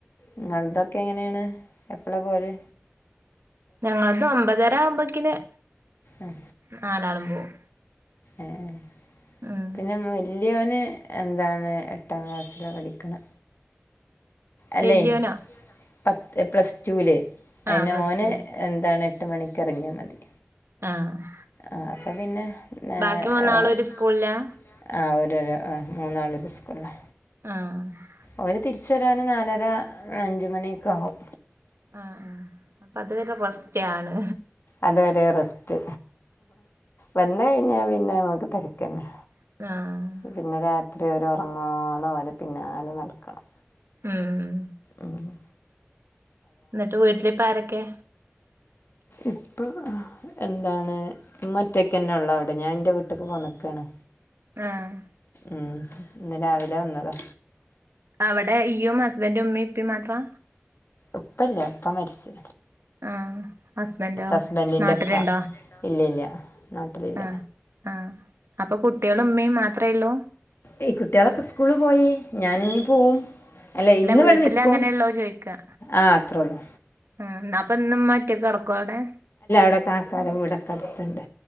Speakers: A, on the left; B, on the right.
A: ഇങ്ങള്തൊക്കെ എങ്ങനേണ് എപ്പളാ പോവല്
B: ഞങ്ങളത് ഒമ്പതര ആവുമ്പക്കിന്
A: ആഹ്
B: നാലാളും പോവും
A: ഏഹ്
B: ഉം
A: പിന്നെ വല്ല്യോന് എന്താണ് എട്ടാ ക്ലാസ്സിലാ പഠിക്ക്‌ണ്‌ അല്ലേഹ്
B: വല്യോനോ
A: പത്ത് പ്ലസ്ടൂല് അഹ്
B: ആഹ്
A: പിന്നെ
B: പ്ലസ്
A: ഓന്
B: ടു
A: എന്താണ് എട്ട് മണിക്കെറങ്ങിയാ മതി
B: ആഹ്
A: ആഹ് അപ്പൊ പിന്നെ <unintelligible>
B: ബാക്കി മൂന്നാളും ഒരു സ്കൂളിലാ
A: ആഹ് ഒരോരോ മൂന്നാളൊരു സ്കൂളാ.
B: ആഹ്
A: ഓന് തിരിച്ചെരാന് നാലര അഞ്ചുമണിയെക്കാവും.
B: ആഹ് അപ്പ അത് വരെ റെസ്റ്റാണ്.
A: അതുവരെ റെസ്റ്റ് വന്നഴിഞ്ഞാ പിന്നെ നമുക്ക് തെര്ക്കന്നെ
B: ആഹ്
A: പിന്ന രാത്രി വരെ ഒറങ്ങോളം ഓലെ പിന്നാല നടക്കണം.
B: ഉംഹ്
A: ഉംഹ്
B: ന്നിട്ട് വീട്ടിലിപ്പാരക്കെ?
A: ഇപ്പം ആഹ് എന്താണ് ഇമ്മ ഒറ്റക്കന്നെ ഒള്ളവ്ടെ. ഞാൻ ൻ്റെ വീട്ടിക്ക് പോന്നക്കാണ്.
B: ആഹ്
A: ഉംഹ് ഇന്ന് രാവിലെ വന്നതാ
B: അവിടെ ഇയ്യും ഹസ്ബന്റും ഉമ്മേം ഇപ്പേം മാത്രാ?
A: ഉപ്പല്ല്യാ പ്പ മരിച്
B: ആഹ് ഹസ്ബന്റോ?
A: ഹസ്ബൻഡിൻ്റെ
B: നാട്ടില്ണ്ടോ?
A: ഉപ്പ ഇല്ല ഇല്ല നാട്ടിലില്ല
B: ആഹ് ആഹ് അപ്പൊ കുട്ട്യളും ഉമ്മേം മാത്രേള്ളൂ?
A: ഏയ് കുട്ട്യാളൊക്കെ സ്കൂള് പോയി. ഞാൻ നിപോവും. അല്ല. ഇന്ന്
B: വീട്ടില്
A: ഇവിടെ നിക്കും.
B: അങ്ങനെയുള്ളോ ചോയിക്കാ
A: ആഹ് അത്രേള്ളൂ.
B: ആഹ് അപ്പന്ന്മ്മ ഒറ്റക്ക്കെട്കോവ്ടെ?
A: വ്ടെ കാക്കാരെ വീടൊക്കട്ത്ത്ണ്ട്.